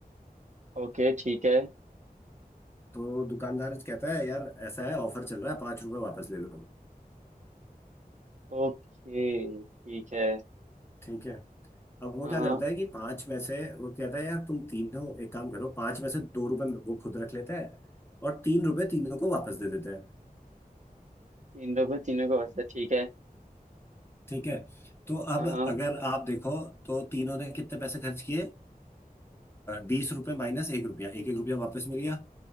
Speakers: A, on the right; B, on the left.
A: ओके ठीक है
B: तो दुकानदार कहता है यार ऐसा है ऑफर चल रहा है पांच रुपए वापस ले लो
A: ओके ठीक है
B: ठीक है अब वो
A: हाँ
B: क्या
A: हाँ
B: करता है कि पांच में से वो कहता है यार तुम तीन हो एक काम करो पांच में से दो रुपए वो खुद रख लेता है और तीन रुपए तीनों को वापस दे देता है
A: तीन लोग हैं तीनों का बचता है, ठीक है
B: ठीक है तो अब
A: हाँ हाँ
B: अगर आप देखो तो तीनों ने कितने पैसे खर्च किए बीस रुपए माइनस एक रुपया एक एक रुपया वापस मिल गया